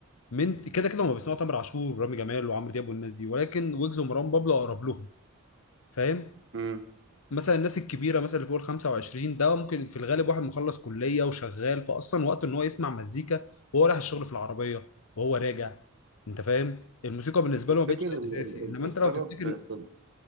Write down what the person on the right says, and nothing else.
امم
تفتكر
ال-
ال- ال-
السبب
في في